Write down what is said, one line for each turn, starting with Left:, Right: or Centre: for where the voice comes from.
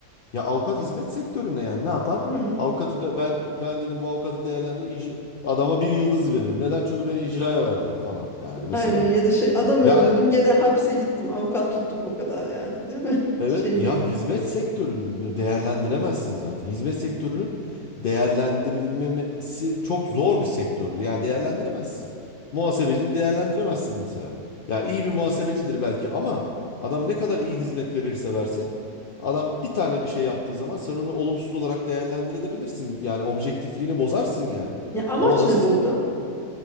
Left: ya avukat hizmet sektöründe yani ne yapar?
Centre: Hı.
Left: Avukatı be- ben ben dedim bu avukatı değerlendir ic- adama bir yıldız veririm. Neden? Çünkü beni icraya verdi falan yani mesela.
Centre: aynen ya da şey adam öldürdüm
Left: Ya
Centre: gene hapse gittim avukat tuttuk o kadar yani değil mi <laughs>
Left: Evet
Centre: şey
Left: ya
Centre: gibi
Left: hizmet sektörünü değerlendiremezsin zaten. Hizmet sektörünün değerlendirilmemesi çok zor bir sektördür. Yani değerlendiremezsin. Muhasebecini değerlendiremezsin mesela. Ya iyi bir muhasebecidir belki ama adam ne kadar iyi hizmet verirse versin adam bir tane bir şey yaptığı zaman sen onu olumsuz olarak değerlendirebilirsin. Yani objektifliğini bozarsın yani.
Centre: ya amaç
Left: Ama nasıl
Centre: ne burada